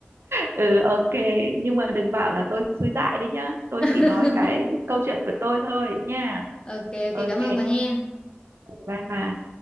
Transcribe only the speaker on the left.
<laughs>
Ok ok
cảm ơn bà he.